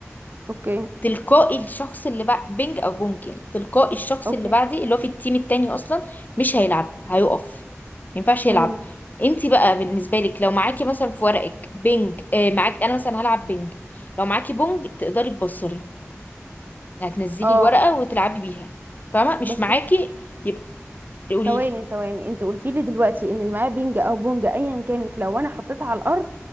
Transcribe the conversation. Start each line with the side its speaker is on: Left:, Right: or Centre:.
Right: اوكي
Left: تلقائي الشخص اللي بعد بنج او بونج يعني تلقائي الشخص
Right: اوكي
Left: اللي بعدي اللي هو في التيم التاني اصلا مش هيلعب هيقف ما ينفعش يلعب
Right: امم
Left: انتي بقى بالنسبه لك لو معاكي مثلا في ورقك بنج اه معاك انا مثلا هلعب بنج لو معاكي بونج تقدري تبصري هتنزلي
Right: اه
Left: الورقه وتلعبي بيها فاهمه مش
Right: بس
Left: معاكي يبقى قولي
Right: ثواني
Left: لي
Right: ثواني انت قلتي لي دلوقتي ان اللي معاه بينج او بونج ايا كانت لو انا حطيتها على الارض